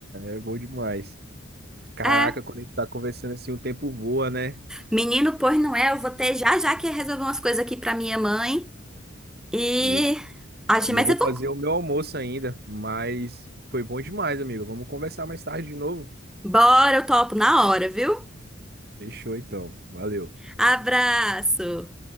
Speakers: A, on the right (about 50°); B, in the centre.
A: é bom demais. Caraca,
B: É,
A: quando a gente tá conversando assim, o tempo voa, né?
B: menino, pois não é, eu vou ter já já que resolver umas coisas aqui pra minha mãe e...
A: E eu,
B: Acho,
A: e eu
B: mas
A: vou
B: é bom.
A: fazer o meu almoço ainda, mas foi bom demais, amigo. Vamos conversar mais tarde de novo?
B: Bora, eu topo na hora, viu?
A: Fechou então. Valeu.
B: Abraço!